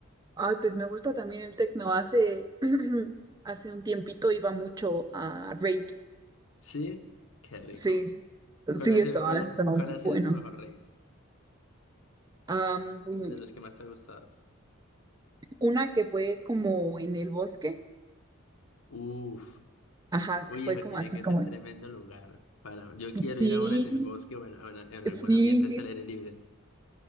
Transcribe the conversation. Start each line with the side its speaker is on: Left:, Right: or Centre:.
Right: Ay, pues me gusta también el tecno. Hace, <clears throat> hace un tiempito iba mucho a raves
Left: Sí, qué rico.
Right: Sí,
Left: ¿Cuál
Right: sí,
Left: ha
Right: estaba,
Left: sido, cuál,
Right: estaba
Left: ha- cuál
Right: muy
Left: ha sido
Right: bueno.
Left: tu mejor rave?
Right: Am,
Left: De los que más te ha gustado.
Right: una que fue como en el bosque,
Left: Uf,
Right: ajá,
Left: uy,
Right: que fue
Left: eso
Right: como
Left: tiene
Right: así
Left: que
Right: como,
Left: ser tremendo lugar para, yo quiero
Right: sí,
Left: ir a una en el bosque o en, o en en algún
Right: sí,
Left: ambiente hacia el aire libre.